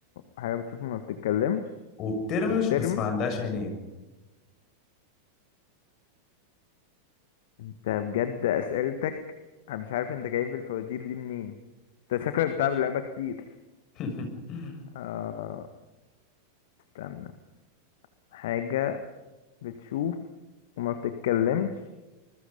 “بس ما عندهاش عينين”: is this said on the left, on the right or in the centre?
Left